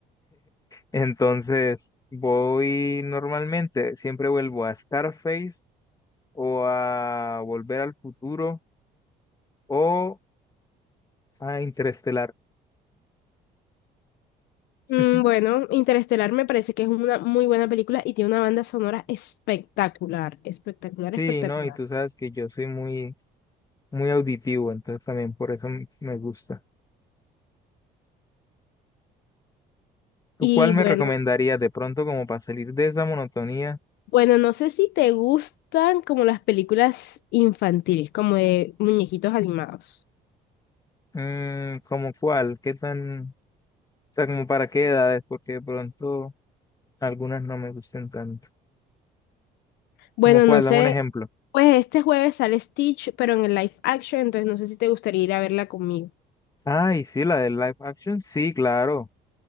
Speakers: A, on the left; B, on the left.
A: Entonces, voy normalmente, siempre vuelvo a Scarface o a Volver al Futuro o a Interestelar. <laughs>
B: Mm, bueno, Interestelar me parece que es una muy buena película y tiene una banda sonora espectacular, espectacular,
A: Sí,
B: espectacular.
A: ¿no? Y tú sabes que yo soy muy, muy auditivo, entonces también por eso m- me gusta. ¿Tú
B: Y
A: cuál me
B: bueno,
A: recomendarías de pronto como para salir de esa monotonía?
B: bueno, no sé si te gustan como las películas infantiles, como de muñequitos animados.
A: Mm, ¿cómo cuál? ¿Qué tan, o sea, como para qué edades? Porque de pronto algunas no me gustan tanto.
B: Bueno,
A: ¿Cómo cuál?
B: no sé,
A: Dame un ejemplo.
B: pues este jueves sale Stitch, pero en el live action, entonces no sé si te gustaría ir a verla conmigo.
A: Ay, sí, la del live action, sí, claro.